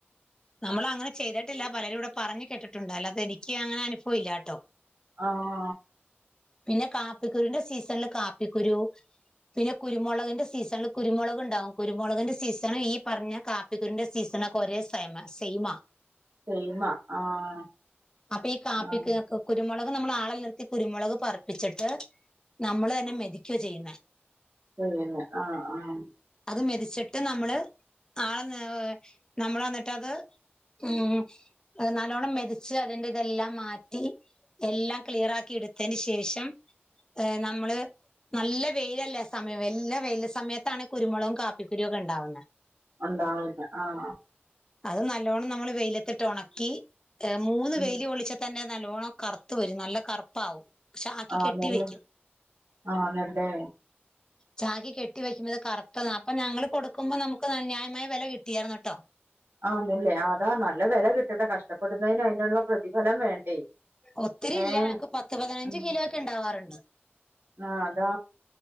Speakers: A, on the left; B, on the right.
A: നമ്മള് അങ്ങനെ ചെയ്തിട്ടില്ല പലരും ഇവിടെ പറഞ്ഞ് കേട്ടിട്ടുണ്ട് അല്ലാതെ എനിക്ക് അങ്ങനെ അനുഭവം ഇല്ലാട്ടോ.
B: ആഹ്
A: പിന്നെ കാപ്പിക്കുരുന്റെ സീസണില് കാപ്പിക്കുരു. പിന്നെ കുരുമുളകിന്റെ സീസണില് കുരുമുളക്ണ്ടാവും കുരുമുളകിന്റെ സീസണ് ഈ പറഞ്ഞ കാ. പ്പിക്കുരുവിന്റെ സീസണൊക്കെ ഒരേ സയ്മ സൈമാ.
B: സൈമാ ആഹ്
A: അപ്പൊ ഈ കാപ്പി
B: ആഹ്.
A: കുരുമുളക് നമ്മള് ആളെ നിർത്തി കുരുമുളക് പറ്പ്പിച്ചിട്ട് നമ്മള് തന്നെ മെതിക്ക ചെയ്യുന്നേ.
B: ചെയ്യുന്നേ ആഹ് ആഹ്.
A: അത് മെതിച്ചിട്ട് നമ്മള് ആളെ ഏഹ് നമ്മള് എന്നിട്ടത് ഉം അത് നല്ലോണ്ണം മെതിച്ച് അതിന്റെ ഇതെല്ലാം മാറ്റി എല്ലാം ക്ലിയറാക്കി ഇട്ത്തേന് ശേഷം ഏഹ് നമ്മള് നല്ല വെയിലല്ലെ സമയം വല്ല വെയില് സമയത്താണ് കുരുമുളകും കാപ്പിക്കുരൊക്കെ ഇണ്ടാവുന്നെ
B: ഒണ്ടാവുന്നേ ആഹ്
A: അത് നല്ലോണം നമ്മള് വെയിലത്തിട്ട് ഒണക്കി ഏഹ് മൂന്ന്
B: ഉം
A: വെയില് കൊളിച്ചാ തന്നെ അത് നല്ലോണം കറുത്ത് വരും നല്ല കറുപ്പാവും. ചാക്കി
B: ആണല്ലേ
A: കെട്ടി വെക്കും
B: ആണല്ലേ.
A: ചാക്കി കെട്ടി വെക്കുന്നത് കറ്ത്തതാ അപ്പൊ ഞങ്ങള് കൊട്ക്കുമ്പോ നമുക്ക് ന ന്യായമായ വെല കിട്ടിയായിരുന്നുട്ടോ
B: ആന്നല്ലേ അതാ നല്ല വെല കിട്ടട്ടെ കഷ്ടപ്പെടുന്നതിന് അതിനുള്ള പ്രതിഫലം വേണ്ടേ.
A: ഒത്തിരി
B: ഏഹ്
A: ഇല്ല ഞങ്ങക്ക് പത്ത് പതിനഞ്ച്
B: ഉം
A: കിലോ ഒക്കെ ഇണ്ടാവാറുണ്ട്.
B: ആഹ് അതാ.